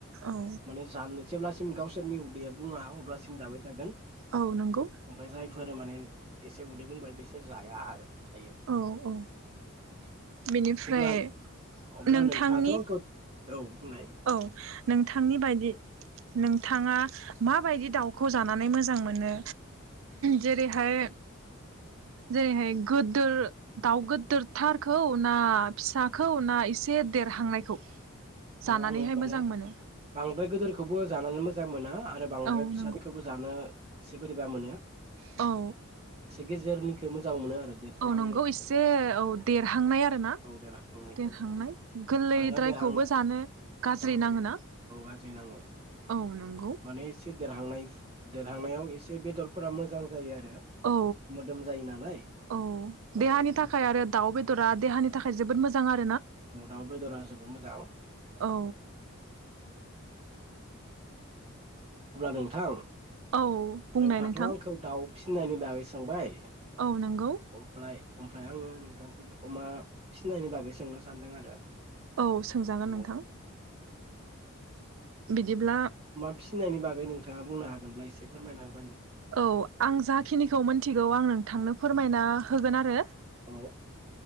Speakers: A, on the right (about 65°); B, on the right (about 30°).
A: औ
B: माने जानो जेब्लासिम गावसोरनि उदैया बुङा अब्लासिम जाबाय थागोन
A: औ नंगौ
B: ओमफ्राय जाय फोर माने एसे उदै बुंबाय बेसे जाया आरो थायो
A: औ औ बेनिफ्राय
B: अब्ला अब्ला
A: नोंथांनि
B: नोंथाङाथ' आंखौ औ बुंनाय
A: औ नोंथांनि बायदि नोंथाङा माबायदि दाउखौ जानानै मोजां मोनो जेरैहाय जेरैहाय गोदोर दाउ गोदोर थारखौ ना फिसाखौ ना इसे देरहांनायखौ? जानानैहाय
B: औ आङो माने
A: मोजां मोनो
B: बांद्राय गोदोरखौबो जानानै मोजां मोना आ बांद्राय
A: औ
B: फिसाफोरखौबो
A: नंगौ
B: जानो नो एसे बोरैबा मोनो
A: औ
B: गेजेरनिखो मोजां मोनो आरो देरफुहांनायखौ
A: औ नंगौ एसे औ देरहांनाय आरो ना
B: औ देरहांनायखौ
A: देरहांनाय गोरलैद्रायखौबो
B: मानोना देरहांनो
A: जानो गाज्रि
B: औ
A: नाङोना
B: औ गाज्रि नाङो
A: औ नंगौ
B: माने एसे देरहांनाय देरहांनायाव एसे बेदरफोरा मोजां जायो आरो
A: औ
B: मोदोम जायो नालाय
A: औ
B: औ
A: देहानि थाखाय आरो दाउ बेदरा देहानि थाखाय जोबोद मोजां आरो
B: दाउ बेदरा जबोर मोजां
A: औ
B: अब्ला नोंथां
A: औ बुंनाय
B: नोंथाङाथ'
A: नोंथां
B: आंखौ दाउ फिनायनि बागै सोंबाय
A: औ नंगौ
B: अमप्लाय अमफ्राय आङो नोंथांखौ द अमा फिनायनि बागै सोंनो सानदों आरो।
A: औ सोंजागोन
B: औ
A: नोंथां बिदिब्ला
B: फिनायनि बागै नोंथाङा बुंनो हागोनब्ला एसे फोरमायना हो
A: औ आं जाखिनिखौ मोनथिगौ आं नोंथांनो फोरमायना होगोन आरो
B: औ